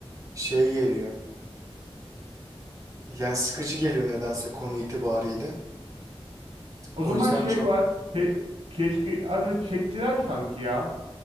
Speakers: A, on the right (about 35°); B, on the right (about 80°).
A: şey geliyor. Yani sıkıcı geliyor nedense konu itibariyle.
B: O
A: O
B: zaman
A: yüzden
B: şey
A: çok
B: var. Ke keşke adı çektiler sanki ya.